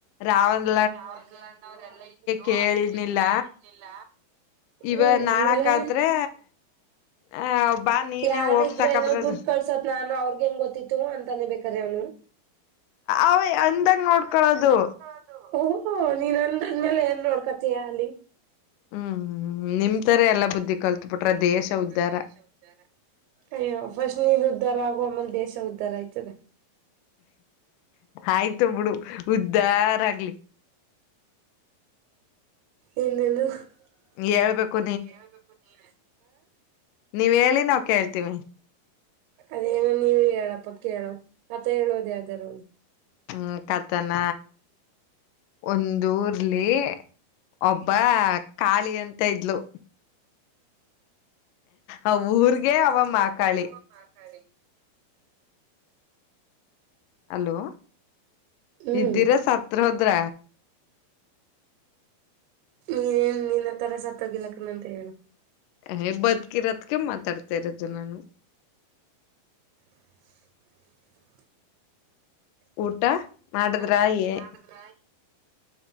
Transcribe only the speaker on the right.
<inaudible> ಅನ್ನೋವ್ರಲ್ಲಾ ಇದ್ರು
ಅದಕ್ಕೆ ಕೇಳ್ತಿಲ್ಲ.
ಹ್ಮ್
ಆಮೇಲೆ.
ಯಾರ
ಇದ್ರೆ
ಏನು ದುಡ್ ಕಳ್ಸತ್ ನಾನು ಅವ್ರಗ ಹೆಂಗ್ ಗೊತ್ತಿತ್ತು ಅಂತನ ಬೇಕಿದ್ರೆ ಅವನು.
ಅಂದಾಗ್ ನೋಡಿಕೊಳ್ಳುವುದು. ಓ ನಿ ಅಂದ್ಮೇಲೆ ಏನ್ ನೋಡ್ಕತಿಯ ಅಲ್ಲಿ. <inaudible>
ದೇಶ ಉದ್ದಾರ. ಅಯ್ಯೋ ಫಸ್ಟ್ ನೀನ ಉದ್ಧಾರ ಆಗು ಆಮೇಲೆ ದೇಶ ಉದ್ಧಾರ ಆಯ್ತದ.
ಇನ್ನೇನು ಹೇಳಬೇಕು
ನೀನೆ
ಅದೇನ ನೀವ ಹೇಳಪ್ಪ ಕೇಳ ಕಥೆ ಹೇಳೋದು ಯಾವ್ದಾರ.
<inaudible>
ಮಾತಾಡಿ.
ಹ್ಮ್
ಏನ್ ನಿನ್ನತರ ಸತ್ತೋಗಿಲ್ಲ ಕಣೋ ಅಂತ ಹೇಳು.
ಹು ಹು <inaudible> ಹೌದ
ಊಟ
ಮಾಡದ್ರ.